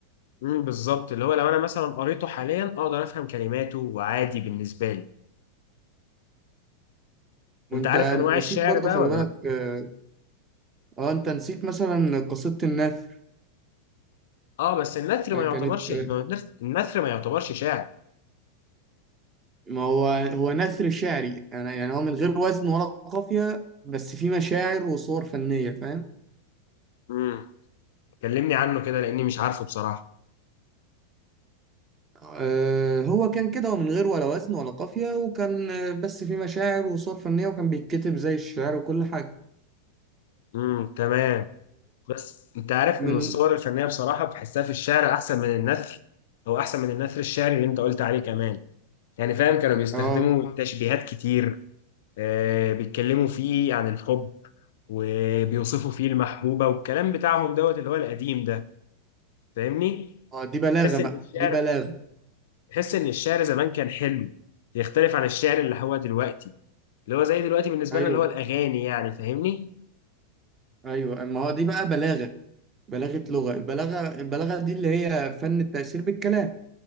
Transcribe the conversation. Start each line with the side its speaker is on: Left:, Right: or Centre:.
Left: امم بالظبط اللي هو لو انا مثلا قريته حاليا اقدر افهم كلماته وعادي بالنسبه لي
Right: وأنت
Left: انت عارف انواع
Right: نسيت
Left: الشعر
Right: برضو
Left: بقى
Right: خلي
Left: ولا
Right: بالك
Left: لا؟
Right: آه, آه أنت نسيت مثلا قصيدة النثر
Left: اه بس النثر
Right: آه
Left: ما
Right: كانت
Left: يعتبرش إنه النثر ما يعتبرش شعر
Right: ما هو هو نثر شعري يعني يعني هو من غير وزن ولا قافية بس فيه مشاعر وصور فنية فاهم
Left: امم كلمني عنه كده لاني مش عارفه بصراحه
Right: آه هو كان كده ومن غير ولا وزن ولا قافية وكان آه، بس فيه مشاعر وصور فنية وكان بيتكتب زي الشعر وكل حاجة
Left: امم تمام بس انت عارف
Right: ومن
Left: ان الصور الفنيه بصراحه بحسها في الشعر احسن من النثر او احسن من النثر الشعري اللي انت قلت عليه كمان يعني فاهم كانوا بيستخدموا
Right: اه
Left: تشبيهات كتير آه بيتكلموا فيه عن الحب وبيوصفوا فيه المحبوبه والكلام بتاعهم دوت اللي هو القديم ده فاهمني
Right: آه، دي بلاغة
Left: تحس
Right: بقى
Left: ان الشعر
Right: دي بلاغة
Left: تحس ان الشعر زمان كان حلو يختلف عن الشعر اللي هو دلوقتي اللي هو زي دلوقتي بالنسبه
Right: ايوه
Left: لنا اللي هو الاغاني يعني فاهمني
Right: ايوه ما هو دي بقى بلاغة بلاغة لغة البلاغة البلاغة دي اللي هي فن التأثير بالكلام